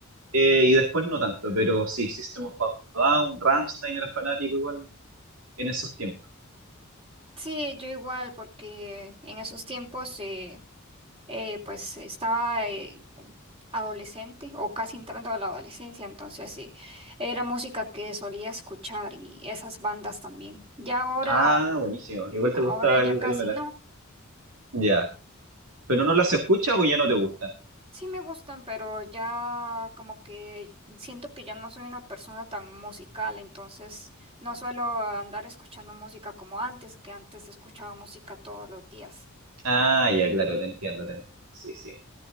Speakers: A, on the right; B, on the right.
A: eh, y después no tanto, pero sí, System of a Down, Rammstein era fanático igual en esos tiempos.
B: Sí, yo igual, porque en esos tiempos eh, pues estaba eh, adolescente o casi entrando a la adolescencia, entonces sí, era música que solía escuchar y esas bandas también. Ya ahora,
A: Ah, buenísimo. Igual
B: ahora
A: te gustaba
B: ya
A: el,
B: casi
A: el metal.
B: no.
A: Ya. ¿Pero no las escuchas o ya no te gustan?
B: Sí me gustan, pero ya como que siento que ya no soy una persona tan musical, entonces no suelo andar escuchando música como antes, que antes escuchaba música todos los días.
A: Ah, ya, claro, te entiendo, te entiendo. Sí, sí.